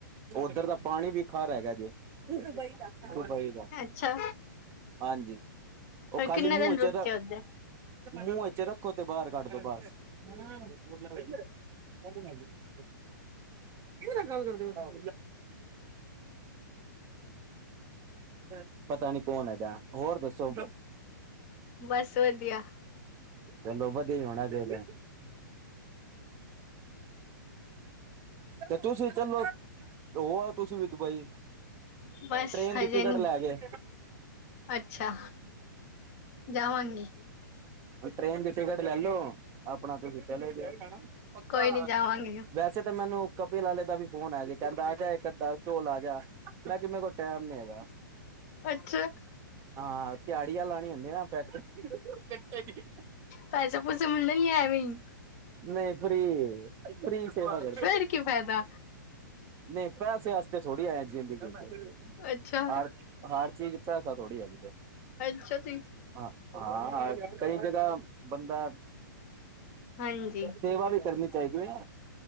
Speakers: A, on the right; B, on the left.
A: ਹੋਸਟਲ ਦਾ ਪਾਣੀ ਵੀ ਖਾਰਾ ਹੈਗਾ ਜੇ, ਹੰ ਦੁਬਈ ਦਾ। ਓਏ ਹਾਏ
B: ਏਛਾ।
A: ਹਾਂਜੀ, ਉਹ ਖਾਲੀ
B: ਕਿੰਨੇ
A: ਮੂੰਹ
B: ਦਿਨ ਰੁਕ
A: ਚ ਰ
B: ਕੇ ਉਧਰ
A: ਮੂੰਹ ਇਚ ਰੱਖੋ ਤੇ ਬਾਹਰ ਕੱਢ ਦੋ ਬਸ। ਚ <unintelligible> ਗ ਕਰ ਗੱਲ ਕਰਦਾ <inaudible> ਪਤਾ ਨੀ ਕੌਣ ਹੈਗੈ, ਹੋਰ ਦੱਸੋ?
B: ਬਸ ਵਧੀਆ
A: ਚੱਲ ਵਧੀ ਹੋਣਾ ਦਾ। <unintelligible> ਤੇ ਤੁਸੀ ਵੀ ਚਲੋ, ਤੇ ਹੋ ਆਉ ਤੁਸੀਂ ਵੀ ਦੁਬਈ।
B: ਬਸ
A: ਟ੍ਰੇਨ
B: ਹਜੇ
A: ਦੀ ਟਿਕਟ
B: ਨੀ
A: ਲੇ ਕੇ।
B: ਅੱਛਾ। ਜਾਵਾਂਗੀ
A: ਵਈ ਟ੍ਰੇਨ ਦੀ ਟਿਕਟ ਲੈਲੋ, ਆਪਣਾ ਤੁਸੀ ਚਲੇ ਜਾਉ। ਪੱਕਾ,
B: ਕੋਈ ਨੀ ਜਾਵਾਂਗੀ
A: ਵੈਸੇ ਤੇ ਮੈਨੂੰ ਕਪਿਲ ਆਲੇ ਦਾ ਵੀ ਫੋਨ ਆਯਾ ਸੀ, ਕਹੰਦਾ ਆਜਾ ਇੱਕ ਅੱਧਾ ਸ਼ੋ ਲਾ ਜਾ, ਮੈਂ ਕਿ ਮੇਰੇ ਕੋਲ ਟੈਮ ਨੀ ਹੈਗਾ।
B: ਅੱਛਾ
A: ਹਾਂ ਤਯਾੜੀਆਂ ਲਾਨੀ ਹੁੰਦੀ ਏ ਨਾ ਫੈਕਟਰੀ, ਫੈਕਟਰੀ।
B: ਪੈਸੇ- ਪੂਸੇ ਮਿਲਦੇ ਨੀ ਐਵੇਂ ਈ।
A: ਨਈ ਫਰੀ ਏ, ਫਰੀ ਸੇਵਾ ਕਰ
B: ਫੇਰ ਕੀ ਫਾਇਦਾ
A: ਨਹੀਂ ਪੈਸੇ ਵਾਸਤੇ ਥੋੜੀ ਆ ਜੀ ਦੀ <unintelligible>
B: ਅੱਛਾ
A: ਹਰ ਚੀਜ਼ ਪੈਸਾ ਥੋੜੀ ਹੈਗੀ।
B: ਅੱਛਾ ਜੀ।
A: ਹ ਹਾ- ਹਾ ਕਈ ਜਗਾ ਬੰਦਾ
B: ਹਾਂਜੀ
A: ਸੇਵਾ ਵੀ ਕਰਨੀ ਚਾਹੀਦੀ ਐ।